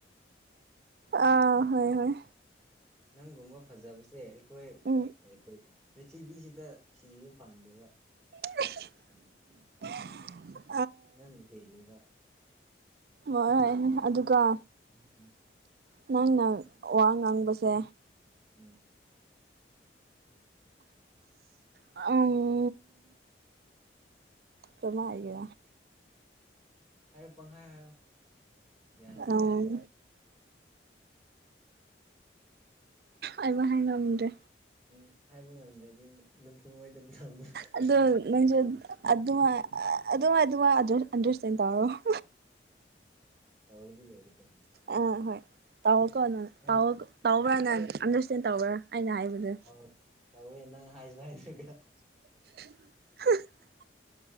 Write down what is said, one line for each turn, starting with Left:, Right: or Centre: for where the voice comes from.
Right: ꯑꯥ ꯍꯣꯏ ꯍꯣꯏ
Centre: ꯅꯪꯒꯨꯝꯕ ꯐꯖꯕꯁꯦ ꯑꯩꯈꯣꯏ
Right: ꯎꯝ
Centre: ꯑꯩꯈꯣꯏꯗ ꯄ꯭ꯔꯤꯊꯤꯕꯤꯁꯤꯗ ꯊꯤꯕ ꯐꯪꯗꯦꯕ
Right: <unintelligible> <inaudible>
Centre: ꯅꯪꯅ ꯍꯦꯟꯂꯦꯕ
Right: ꯍꯣꯏ ꯍꯣꯏꯅꯦ ꯑꯗꯨꯒ
Centre: ꯎ ꯍꯝ <unintelligible> <inaudible>
Right: ꯅꯪꯅ ꯋꯥ ꯉꯥꯡꯕꯁꯦ
Centre: ꯎꯝ <unintelligible> <inaudible>
Right: ꯑ <unintelligible> <inaudible> ꯀꯃꯥꯏꯒꯦ
Centre: ꯍꯥꯏꯌꯣ ꯄꯪꯍꯥꯏ ꯍꯥꯏꯌꯣ ꯒ꯭ꯌꯥꯟ ꯇꯥꯔꯗꯤ
Right: ꯎꯝ
Centre: ꯂꯣꯏꯔꯦ
Right: ꯑꯩꯃ ꯍꯥꯏ ꯉꯝꯗ꯭ꯔꯦ
Centre: ꯎꯝ ꯍꯥꯏꯕ ꯉꯝꯗ꯭ꯔꯗꯤ ꯅꯅꯨꯡꯊꯨꯝꯣꯏꯗꯅ ꯑꯃꯨꯛ <inaudible>
Right: ꯑꯣ ꯅꯪꯁꯨ ꯑꯗꯨ ꯑꯗꯨꯃ ꯑꯗꯨꯃ ꯑꯟꯗꯔꯁꯇꯦꯟ ꯇꯧꯔꯣ <inaudible>
Centre: ꯇꯧꯔꯤꯗꯤ ꯂꯣꯏꯔꯦ ꯀꯩꯅꯣ
Right: ꯑꯥ ꯍꯣꯏ ꯇꯧꯀꯣ ꯅꯪ
Centre: ꯑꯦ
Right: ꯇꯧ ꯇꯧꯕ꯭ꯔꯥ ꯅꯪ ꯑꯟꯗꯔꯁꯇꯦꯟ ꯇꯧꯕ꯭ꯔꯥ ꯑꯩꯅ ꯍꯥꯏꯕꯗꯨ
Centre: ꯑꯧ ꯇꯧꯋꯦ ꯅꯪ ꯍꯥꯏꯁꯨ ꯍꯥꯏꯗꯒ
Right: <unintelligible>